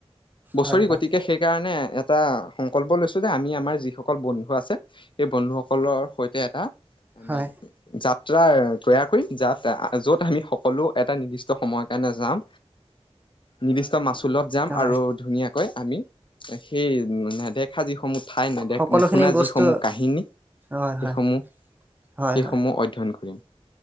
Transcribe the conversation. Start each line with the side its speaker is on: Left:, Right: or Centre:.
Left: বছৰি
Right: হয় হয়
Left: গতিকে সেইকাৰণে এটা সংকল্প লৈছো যে আমি আমাৰ যিসকল বন্ধু আছে সেই বন্ধুসকলৰ সৈতে এটা আমি
Right: হয়
Left: যাম <inaudible> যাৰ <unintelligible> যত আমি সকলো এটা নিৰ্দিষ্ট সময় কাৰণে যাম নিৰ্দিষ্ট মা ছুলত যাম
Right: হয়
Left: আৰু ধুনীয়াকৈ আমি সেই নেদেখা যি সমূহ ঠাই নেদেখা
Right: সকলোখিনি
Left: নুশুনা
Right: বস্তু
Left: যিসমূহ কাহিনী
Right: হয়
Left: সেইসমূহ
Right: হয় হয়
Left: সেইসমূহ
Right: হয়
Left: অধ্যয়ন কৰিম